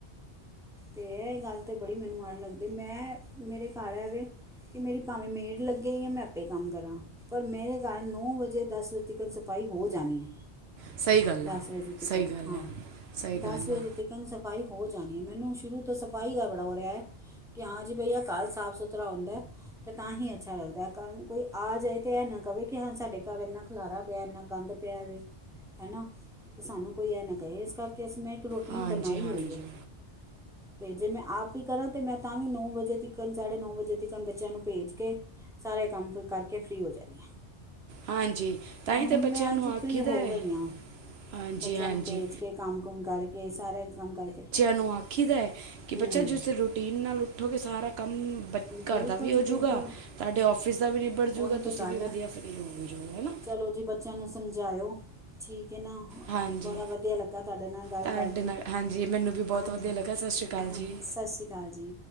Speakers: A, in the centre; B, on the right.
A: ਤੇ ਇਹ ਗੱਲ ਤੇ ਬੜੀ ਮੈਨੂੰ ਮਾੜੀ ਲੱਗਦੀ। ਮੈਂ ਮੇਰੇ ਘਰ ਏ ਵੇ ਕਿ ਮੇਰੀ ਭਾਵੇਂ ਮੇਡ ਲੱਗੇ ਯਾਂ ਮੈਂ ਆਪੇ ਕੰਮ ਕਰਾਂ। ਪਰ ਮੇਰੇ ਘਰ ਨੌ ਵਜੇ ਦਸ ਵਜੇ ਤੱਕਨ ਸਫਾਈ ਹੋ ਜਾਣੀ ਏ।
B: ਸਹੀ ਗੱਲ
A: ਦੱਸ
B: ਆ
A: ਵਜੇ
B: ਸਹੀ
A: ਤਿਕਨ
B: ਗੱਲ
A: ਹਾਂ।
B: ਆ ਸਹੀ
A: ਦੱਸ
B: ਗੱਲ
A: ਵਜੇ
B: ਆ
A: ਤਿਕਨ ਸਫਾਈ ਹੋ ਜਾਣੀ ਏ ਮੈਨੂੰ ਸ਼ੁਰੂ ਤੋਂ ਸਫ਼ਾਈ ਦਾ ਬੜਾ ਔ ਰਿਹਾ। ਕਿ ਹਾਂ ਜੀ ਭਈਆ ਕੱਲ੍ਹ ਸਾਫ਼ ਸੁਥਰਾ ਹੁੰਦਾ ਤਾਂ ਹੀ ਅੱਛਾ ਲੱਗਦਾ ਕਾਲ ਕੋਈ ਆ ਜਾਏ ਤਾਂ ਹੈ ਨਾ ਕਵੇ ਕਿ ਹਾਂ ਸਾਡੇ ਘਰ ਇੰਨਾ ਖਲਾਰਾ ਪਿਆ ਇੰਨਾ ਗੰਦ ਪਿਆ ਵੀ ਹਨਾ ਅਤੇ ਸਾਨੂੰ ਕੋਈ ਇਹ ਨਾ ਕਹੇ ਇਸ ਕਰਕੇ ਅਸੀਂ ਮੈਂ ਇੱਕ ਰੋਟੀਨ
B: ਹਾਂਜੀ
A: ਬਣਾਈ
B: ਹਾਂਜੀ
A: ਹੋਈ ਹੈ ਤੇ ਜੇ ਮੈਂ ਆਪ ਹੀ ਕਰਾਂ ਤੇ ਮੈਂ ਤਾਂ ਵੀ ਨੂੰ ਨੌ ਵਜੇ ਤੀਕਨ ਸਾਢੇ ਨੌਂ ਵਜੇ ਤ ਤੀਕਨ ਬੱਚਿਆਂ ਨੂੰ ਭੇਜ ਕੇ ਸਾਰੇ ਕੰਮ ਫ ਕਰਕੇ ਫ੍ਰਰੀ ਹੋ ਜਾਂਦੀ ਹ
B: ਹਾਂਜੀ ਤਾਂ ਹੀ
A: ਇਹ
B: ਤੇ
A: ਹੁਣ
B: ਬੱਚਿਆਂ
A: ਮੈਂ
B: ਨੂੰ
A: ਅੱਜ
B: ਆਖੀਦਾ
A: ਫ੍ਰਰੀ ਹੋ
B: ਹੈ।
A: ਗਈ ਹਾਂ
B: ਹਾਂਜੀ
A: ਬੱਚਿਆਂ
B: ਹਾਂਜੀ
A: ਨੂੰ ਭੇਜ ਕੇ ਕੰਮ ਕੁਮ ਕਰਕੇ ਸਾਰਾ ਕੰਮ ਕਰਕੇ
B: ਸਨੂੰ ਆਖੀਦਾ ਹੈ ਕਿ
A: ਹੂੰ
B: ਬੱਚਾ ਜਿਸ ਰੂਟੀਨ ਨਾਲ਼ ਉੱਠੋਗੇ ਸਾਰਾ ਕੰਮ ਬ ਘਰ
A: ਬਿਲਕੁਲ
B: ਦਾ ਵੀ
A: ਜੀ
B: ਹੋਜੂਗਾ
A: ਬਿਲਕੁਲ
B: ਤੁਹਾਡੇ ਔਫਿਸ ਦਾ ਵੀ ਨਿਬੜ ਜੂਗਾ
A: ਉਹੀ ਤਾਂ
B: ਤੁਸੀਂ
A: ਗੱਲ
B: ਵੀ ਵਧੀਆ
A: ਹੈ
B: ਫ ਹਨਾ
A: ਚਲੋ ਜੀ ਬੱਚਿਆਂ ਨੂੰ ਸਮਝਾਇਓ ਠੀਕ ਹੈ ਨਾ
B: ਹਾਂਜੀ
A: ਬੜਾ ਵਧੀਆ ਲੱਗਾ ਤੁਹਾਡੇ ਨਾਲ ਗੱਲ
B: ਤੁਹਾਡੇ
A: ਕਰਕੇ
B: ਨਾਲ ਹਾਂਜੀ ਮੈਨੂੰ ਵੀ ਬਹੁਤ
A: ਹਾਂਜੀ
B: ਵਧੀਆ ਲੱਗਾ ਸਤਿ ਸ਼੍ਰੀ ਅਕਾਲ
A: ਹਾਂਾਂ
B: ਜੀ
A: ਸਤਿ ਸ਼੍ਰੀ ਅਕਾਲ ਜੀ